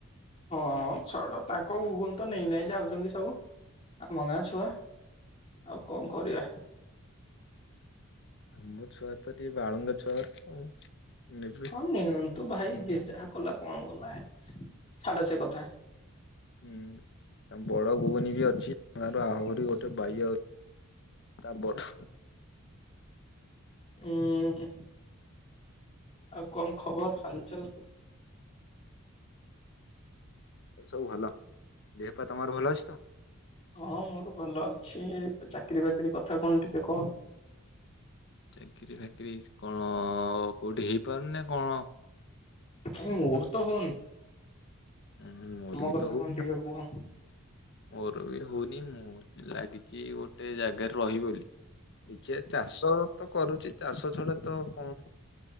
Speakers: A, on the left; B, on the left.
A: ହଁ ଛାଡ ତାଙ୍କ ଘୁଗୁନି ତ ନେଇ ନାଇ ଯାଉଚନ୍ତି ସବୁ। ଆମ ଗାଁ ଛୁଆ ଆଉ କଣ କରିବା।
B: ମୋ ଛୁଆ ତ ଟିକେ ବାଳୁଙ୍ଗା ଛୁଆଉର ଆଉ। ନେବେ
A: ହଁ ନିଅନ୍ତୁ ଭାଇ ଯିଏ ଯାହା କଲା କଣ ଗଲା ଛାଡ ସେ କଥା।
B: ହୁଁ। ଆମ ବଡ ଘୁଗୁନି ବି ଅଛି ତାର ଆହୁରି ଗୋଟେ ବାଇଆ ତା ବଡ
A: ଉଁ ଆଉ କଣ ଖବର ହାଲଚାଲ?
B: ସବୁ ଭଲ ଦେହପାଆ ତମର ଭଲ ଅଛି ତ?
A: ହଁ ମୋର ଭଲ ଅଛି ଚାକିରି ବାକିରି କଥା କଣ ଟିକେ କହ।
B: ଚାକିରି ଫାକିରି ସ୍ କଣ କୋଉଠି ହେଇପାରୁନି ନା କଣ?
A: ଆଜ୍ଞା ମୋର ତ ହୋଉନି।
B: ଆଁ ମୋର ବି
A: କଥା
B: ତ ହୋଉନି
A: କଣ ଟିକେ
B: ଆ
A: କୁହ ହୁଁ
B: ମୋର ବି ହୋଉନି ମୁଁ ଲାଗିଚି ଗୋଟେ ଜାଗାରେ ରହିବି ବୋଲି ଦେଖିଆ ଚାଷ ତ କରୁଚି ଚାଷ ଛଡା ତ କଣ